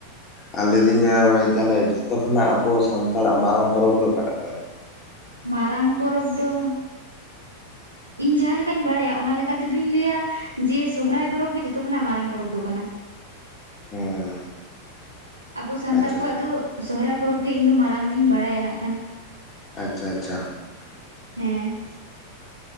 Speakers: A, on the left (about 25°); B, on the right (about 85°).
A: ᱟᱨ ᱞᱟᱹᱭᱫᱟᱹᱧ ᱛᱟᱞᱮ ᱡᱷᱚᱛᱚ ᱠᱷᱚᱱᱟᱜ ᱟᱵᱚ ᱥᱟᱱᱛᱟᱲᱟᱜ ᱢᱟᱨᱟᱝ ᱯᱚᱨᱚᱵᱽ ᱫᱚ ᱚᱠᱟᱴᱟᱜ ᱠᱟᱱᱟ
B: ᱢᱟᱨᱟᱝ ᱯᱚᱨᱚᱵᱽ ᱫᱚ ᱤᱧ ᱡᱟᱦᱟᱸ ᱞᱮᱠᱟᱧ ᱵᱟᱲᱟᱭᱟ ᱚᱱᱟ ᱞᱮᱠᱟ ᱛᱮᱫᱚᱧ ᱞᱟᱹᱭᱟ ᱡᱮ ᱥᱚᱦᱚᱨᱟᱭ ᱯᱚᱨᱚᱵᱽ ᱜᱮ ᱡᱷᱚᱛᱚ ᱠᱷᱚᱱᱟᱜ ᱢᱟᱨᱟᱝ ᱯᱚᱨᱚᱵᱽ ᱫᱚ ᱠᱟᱱᱟ <inaudible>
A: ᱦᱮᱸ
B: ᱟᱵᱚ ᱥᱟᱱᱛᱟᱲ
A: ᱟᱪᱪᱷᱟ
B: ᱠᱚᱣᱟᱜ ᱫᱚ ᱥᱚᱦᱨᱟᱭ ᱯᱚᱨᱚᱵ ᱜᱮ ᱤᱧᱫᱚ ᱢᱟᱨᱟᱝ ᱫᱩᱧ ᱵᱟᱲᱟᱭᱟ ᱱᱟᱜ ᱠᱷᱟᱱ
A: ᱟᱪᱪᱷᱟ ᱟᱪᱪᱷᱟ
B: ᱦᱮᱸ